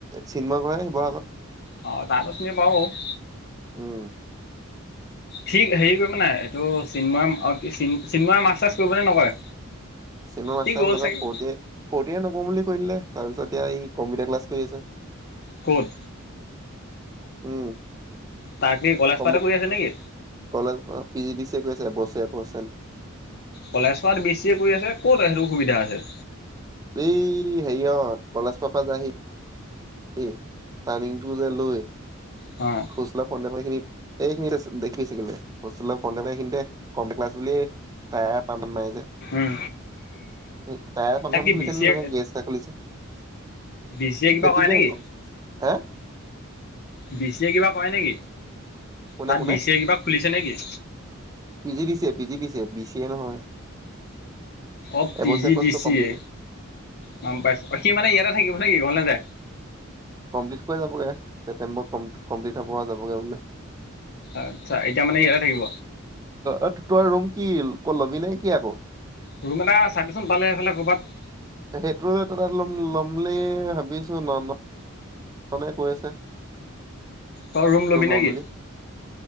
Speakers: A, on the right (about 15°); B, on the left (about 50°).
A: চিনময় ঘৰহে শিৱসাগত।
B: অ, তাৰতো চিনি পাওঁ বাৰু।
A: উম,
B: ঠিক হেৰি কৰিব নাই, এইটো চিনময় অ, কি চিনময় মাছ-চাছ কৰিবনে নকৰে?
A: চিনময় মাছ-চাছ
B: সি গ'ল
A: নকয়ে,
B: চাগে।
A: ফৰ্ট ইয়েৰ, ফৰ্ট নকৰো বুলি কয় দিলে, তাৰপিছত এতিয়া এই কম্পিউটাৰ ক্লাছ কৰি আছে।
B: ক'ত?
A: উম,
B: তাক কি কলেজ <unintelligible>
A: কম্পি
B: কৰি আছে নেকি?
A: College P G D C কৰি আছে এবছৰীয়া। <unintelligible>
B: কলেজত বি চি এ কৰি আছে ক'ত সেইটো সুবিধা আছে?
A: উম হেৰিয়ত কলেজত <unintelligible> এই টাৰণিংটো যে লৈ
B: অহ।
A: হোষ্টেলৰ ফ্ৰণ্টত খিনিত এইখিনি দেখিলে হোষ্টেলৰ ফ্ৰণ্টতএ ই খিনিতে কম্পিউটাৰ ক্লাছ বুলি <unintelligible>
B: উম। তাকে B C A B C A
A: <unintelligible>
B: কিবা কৰে নেকি
A: আহ।
B: বি চি এ কিবা কৰে নেকি?
A: কোনে
B: তাত
A: কোনে
B: বি চি এ কিবা খুলিছে নেকি?
A: P G D A, P G D A, B C A নহয়।
B: অ পি
A: এবছৰীয়া
B: জি
A: কৰ্চটো
B: দিচি
A: কমপ্লিট
B: এ গম পাইছো। অ সি মানে ইয়াতে থাকিব নেকি ঘৰ নেযায়?
A: কমপ্লিট কৰি যাবগে, ছেপ্টেম্বৰত কমপ্লিট হ'ব আৰু যাবগে বোলে।
B: আচ্ছা এতিয়া মানে ইয়াতে থাকিব।
A: অ তই ৰুম কি ক'ত লবি নে কি আকৌ?
B: ৰুম এটা চাবিচোন পালে সেইফালে ক'ৰবাত।
A: সেইটো তাত লম ল'ম বুলি ভাবিছো ন ন তনে কৈ আছে।
B: তই ৰুম লবি
A: ল'ম
B: নেকি?
A: বুলি।